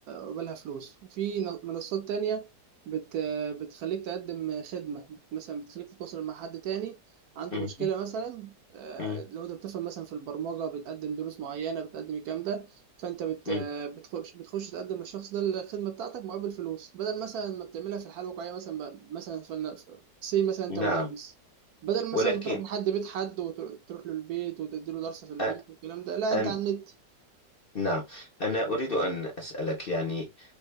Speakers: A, on the right (about 70°); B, on the left (about 50°).
A: قبالها فلوس وفي ن- منصات تانية بت بتخليك تقدم خدمة مثلا بتخليك تتواصل مع حد تاني عنده
B: مم.
A: مشكلة مثلا آه،
B: مم.
A: لو انت بتفهم مثلا في البرمجة بتقدم دروس معينة بتقدم الكلام ده فانت بت
B: مم.
A: بتخش بتخش تقدم للشخص ده الخدمة بتاعتك مقابل فلوس بدل مثلا ما بتعملها في الحياة الواقعية مثلا ب- مثلا فلنا سي مثلا انت مدرس
B: نعم
A: بدل مثلا
B: ولكن
A: ما تروح لحد بيت حد وتروح له البيت وتديله درس في البيت
B: أ-
A: والكلام ده لا
B: أن-
A: انت على النت
B: نعم أنا أريد أن أسألك يعني